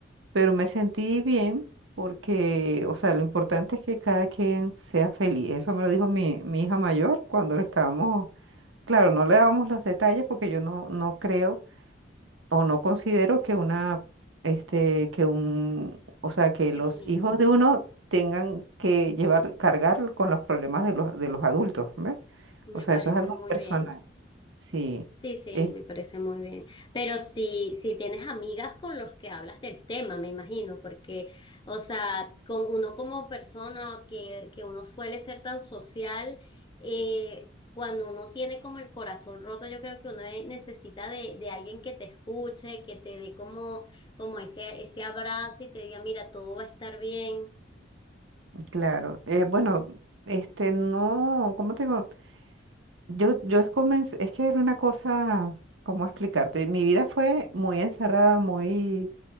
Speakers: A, on the right; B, on the left.
A: pero me sentí bien porque, o sea, lo importante es que cada quien sea feliz. Eso me lo dijo mi, mi hija mayor cuando le estábamos, claro, no le dábamos los detalles porque yo no, no creo o no considero que una, este, que un, o sea, que
B: Qué
A: los
B: bonito,
A: hijos de uno tengan que llevar, cargar con los problemas de los, de los adultos, ¿ves?
B: me
A: O sea,
B: parece
A: eso es algo
B: muy
A: personal.
B: bien.
A: Sí,
B: Sí, sí,
A: eh,
B: me parece muy bien. Pero si, si tienes amigas con los que hablas del tema, me imagino, porque, o sea, con uno como persona que, que uno suele ser tan social, eh, cuando uno tiene como el corazón roto, yo creo que uno eh, necesita de, de alguien que te escuche, que te dé como, como ese, ese abrazo y te diga, mira, todo va a estar bien.
A: claro. Eh, bueno, este, no, ¿cómo te digo? Yo, yo es, comencé, es que era una cosa, ¿cómo explicarte? Mi vida fue muy encerrada, muy